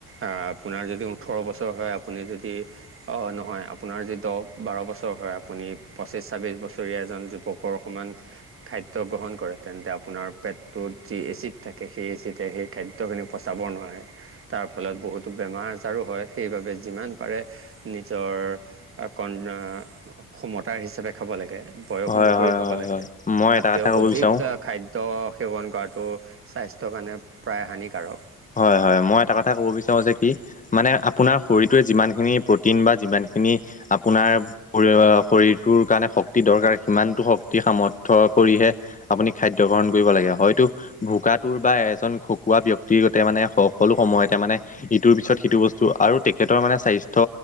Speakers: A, on the right; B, on the left.
A: আ আপোনাৰ যদি উঠৰ বছৰ হয় আপুনি যদি অ নহয় আপোনাৰ যি দহ বাৰ বছৰ হয় আপুনি পঁচিছ ছাব্বিছ বছৰীয়া এজন যুৱকৰ সমান খাদ খাদ্য গ্ৰহণ কৰে তেন্তে আপোনাৰ পেটটোত যি এচিড থাকে সেই এচিডে সেই খাদ্যখিনি পচাব নোৱাৰে। তাৰ ফলত বহুতো বেমাৰ আজাৰো হয় সেইবাবে যিমান পাৰে নিজৰ কন ক্ষমতাৰ হিচাপে খাব লাগে বয়স
B: হয়
A: অনুসৰি
B: হয়
A: খাব
B: হয়
A: লাগে।
B: হয়। মই এটা
A: তাতকৈ
B: কথা ক'ব
A: অধিক
B: বিচাৰো
A: খাদ্য সেৱন কৰাটো স্বাস্থ্যৰ কাৰণে প্ৰায় হানিকাৰক
B: হয় হয় মই এটা কথা ক'ব বিচাৰো যে কি মানে আপোনাৰ শৰীৰটোৱে যিমানখিনি প্ৰটিন বা যিমান খিনি আপোনাৰ শৰীৰটোৰ কাৰণে শক্তি দৰকাৰ সিমানটো শক্তি সামৰ্থ কৰি হে আপুনি খাদ্য গ্ৰহণ কৰিব লাগে হয়তো ভোকাটোৰ বা এজন খকুৱা ব্যক্ত- ক্তিগতে মানে সকলো সময়তে মানে ইটোৰ পিছত সিটো বস্তু আৰু তেখেতৰ মানে স্বাস্থ্য